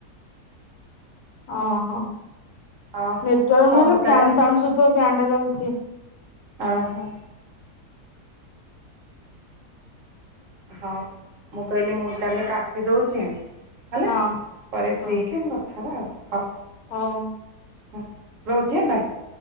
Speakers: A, on the left (about 70°); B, on the right (about 55°).
A: ଓହୋ,
B: ହଁ
A: ନେଟୱାର୍କ
B: ହଁ
A: ନହେଲେ
B: ମୁଁ ତାହେଲେ
A: ଫ୍ୟାନ୍ ସାଉଁଣ୍ଡ ଶୁଭୁଥୁବ ଫ୍ୟାନ୍ ଟା ଚାଲିଛି।
B: ଅହୋ। ହଉ ମୁଁ କହିଲି ମୁଁ ତାହେଲେ କାଟିଦଉଛି। ହେଲା
A: ହଁ
B: ପରେ ଫ୍ରି
A: ହଁ
B: ହେଇକି ଆମେ କଥା ହେବା ଆଉ ହଉ।
A: ହଉ।
B: ହଁ ରହୁଛି ଆଁ ବାଏ।